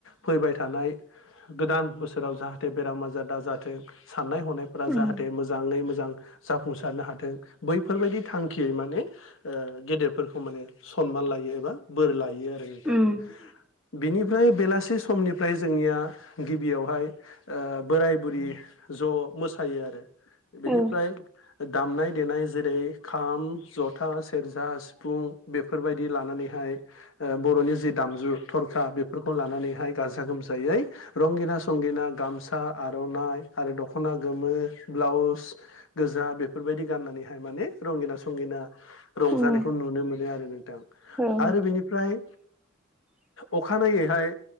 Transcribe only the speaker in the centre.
उम
उम
औ
उम
औ
<inaudible>